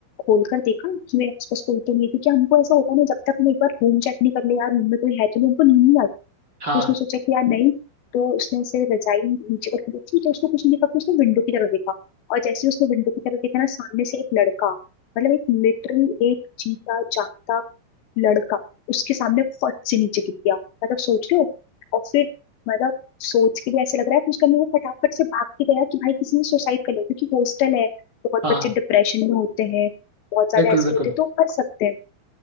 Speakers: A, on the left; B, on the right.
A: खोल कर देखा कि मेरे आसपास कोई तो नहीं है क्योंकि हमको ऐसा होता है ना जब तक हम एक बार रूम चेक नहीं कर ले यार रूम में कोई है तो नहीं हमको नींद नहीं आती
B: हाँ
A: उसने सोचा कि यार नहीं तो उसने से रजाई नीचे करके देखी तो उसको कुछ नहीं देखा तो उसने विंडो की तरफ देखा और जैसे ही उसने विंडो की तरफ देखा ना सामने से एक लड़का मतलब एक लिटरली एक जीता जागता लड़का उसके सामने फट से नीचे गिर गया मतलब सोच लो और फिर मतलब सोच के भी ऐसे लग रहा है कि उसका मुंह फटाफट से भाग के गया कि भाई किसी ने सुसाइड कर लिया क्योंकि हॉस्टल है बहुत
B: हाँ
A: बच्चे डिप्रेशन में होते हैं बहुत ज्यादा
B: बिल्कुल
A: ऐसे
B: बिल्कुल
A: होते हैं तो कर सकते हैं